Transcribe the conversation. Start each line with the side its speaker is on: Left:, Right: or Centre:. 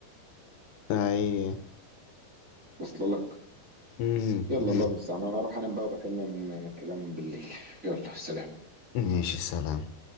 Left: اي
Right: وصل لك
Left: امم
Right: يلا
Left: أمم.
Right: الله المستعان انا اروح انام بقى وبكلم كلام بالليل يلا سلام
Left: ماشي سلام